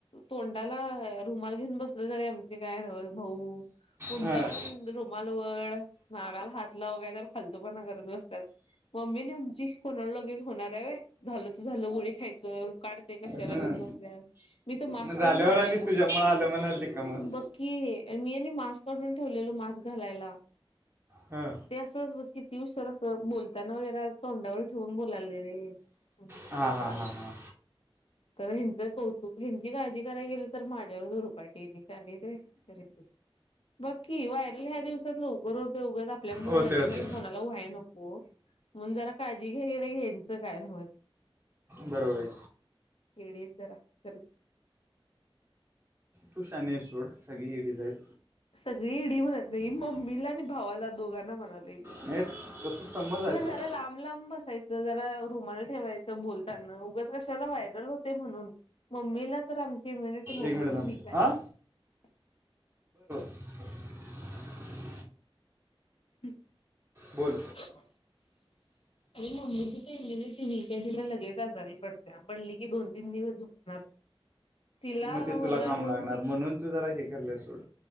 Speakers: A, on the left (about 70°); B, on the right (about 25°).
A: तोंडाला रूमाल घेऊन बसलोय तर काय भाऊ मुद्दामहून
B: हां
A: रूमाल वड नाकाला हात लाव कायतर फालतू पणा करत बसतात. मम्मी नाही आमची कोणाला लगेच होणार आहे झालं तर झालं गोळी खायचं काढते कशाला
B: हां
A: घेऊन मी तर मास्क
B: मग झाल्यावर
A: पण काढलेलो.
B: <inaudible> मग
A: बघ की मी आणि मास्क काढून ठेवलेलो मास्क घालायला
B: हां
A: ते अस किती उशीर. ताना वगैरे तोंडावर ठेवून बोलालोय रे.
B: हा
A: रुमाल
B: हा हा हा.
A: तर ह्याच कौतुक ह्यांची काळजी कराय गेली तर माझ्यावरच उरपाटी आहेत ये. बघ की ह्या दिवसात लवकर होत उगाच आपल्यामुळे
B: होते
A: लगेच
B: होते
A: कोणाला व्हायला नको म्हणून जरा काळजी घ्यायला ह्याचं काय न्हवच.
B: बरोबर.
A: येडे आहेत जरा खरच.
B: तु शहानी आहेस सोड सगळी येडेच आहेत.
A: सगळी येडी म्हणत नाही मम्मीला आणि भावाला दोघांना म्हणलोय.
B: नाही तसं समज आहे तुझा
A: जरा लांब लांब बसायच जरा रुमाल ठेवायच बोलताना उगाच कशाला व्हायरल होते म्हणून मम्मीला तर आमची इम्युनिटी मम्मीची
B: एक मिनिट थांब
A: वीक आहे.
B: हां
A: <unintelligible>
B: <inaudible>
A: हम्.
B: बोल.
A: हो. मम्मीची इम्युनिटी वीक आहे लगेच आजारी पडते पडली की दोन तीन दिवस झोपणार. तिला
B: मग ते
A: होणार
B: तुला काम
A: म्हणून
B: लागणार
A: मी
B: तू जरा हे करलं सोड